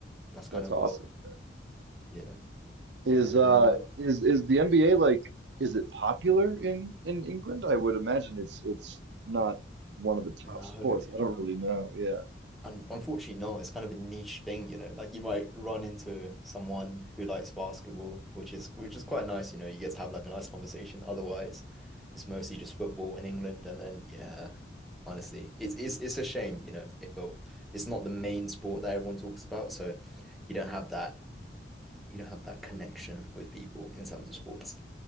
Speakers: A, in the centre; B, on the right (about 70°).
A: that's kind
B: That's
A: of
B: awesome.
A: what yeah.
B: Is
A: And
B: uh
A: um
B: is is the NBA like is it popular in in England? I would imagine it's it's not one of the top
A: no.
B: sports. I don't really know. Yeah.
A: Un unfortunately, no. It's kind of a niche thing, you know. Like you might run into someone who likes basketball, which is which is quite nice, you know. You get to have like a nice conversation. Otherwise, it's mostly just football in England. And then, yeah, honestly, it's it's it's a shame, you know. If it, it's not the main sport that everyone talks about, so you don't have that you don't have that connection with people in terms of sports.